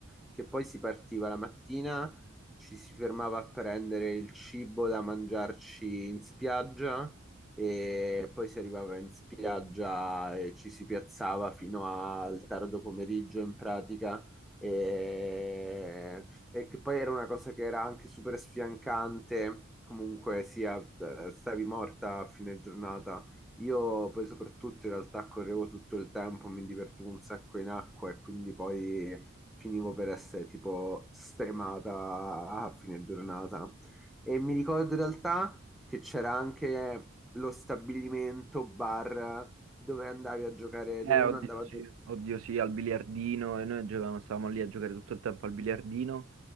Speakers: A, in the centre; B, on the right.
A: che poi si partiva la mattina, ci si fermava a prendere il cibo da mangiarci in spiaggia e poi si arrivava in spiaggia e ci si piazzava fino al tardo pomeriggio in pratica e, e che poi era una cosa che era anche super sfiancante, comunque sia, t- stavi morta a fine giornata. Io poi soprattutto in realtà correvo tutto il tempo, mi divertivo un sacco in acqua e quindi poi finivo per essere tipo stremata a fine giornata. E mi ricordo in realtà che c'era anche lo stabilimento bar dove andavi a giocare,
B: Eh,
A: dove uno
B: oddio,
A: andava a giocare
B: sì. Oddio sì, al biliardino e noi giocavamo, stavamo lì a giocare tutto il tempo al biliardino